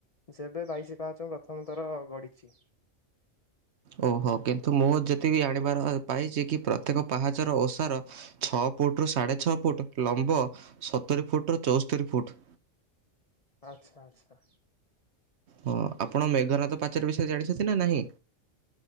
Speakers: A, on the left (about 45°); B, on the right (about 60°).
A: ସେବେ ବାଇଶି ପାହାଚ ପ୍ରଥମ ଥର ଗଡ଼ିଛି।
B: ଓହୋଃ। କିନ୍ତୁ ମୁଁ ଯେତିକି ଆଣିବାର ପାଇଛି କି ପ୍ରତ୍ୟେକ ପାହାଚର ଓସାର ଛଅ ଫୁଟ୍ ରୁ ସାଢ଼େ ଛଅ ଫୁଟ୍। ଲମ୍ବ ସତୁରୀ ଫୁଟ୍ ରୁ ଚଉସ୍ତରୀ ଫୁଟ୍।
A: ଆଚ୍ଛା ଆଚ୍ଛା।
B: ହଁ। ଆପଣ ମେଘନାଦ ପାଚେରୀ ବିଷୟରେ ଜାଣିଛନ୍ତି ନା ନାହିଁ?